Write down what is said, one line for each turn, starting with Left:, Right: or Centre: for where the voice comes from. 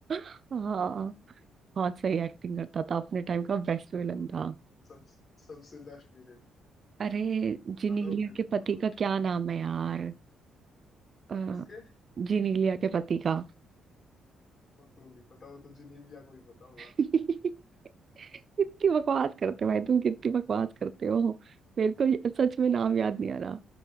Right: हाँ बहुत सही एक्टिंग करता था अपने टाइम का बेस्ट विलन था
Left: सब सबसे बेस्ट विलेन
Right: अरे जिनीलिया
Left: बताओ फिर
Right: के पति
Left: और
Right: का क्या नाम है यार अ,
Left: किसके
Right: जिनीलिया के पति का
Left: और तो नहीं पता वो तो जिनीलिया को ही पता होगा
Right: <laughs> कितनी बकवास करते हो भाई तुम कितनी बकवास करते हो मेरे को ये- सच में नाम याद नहीं आ रहा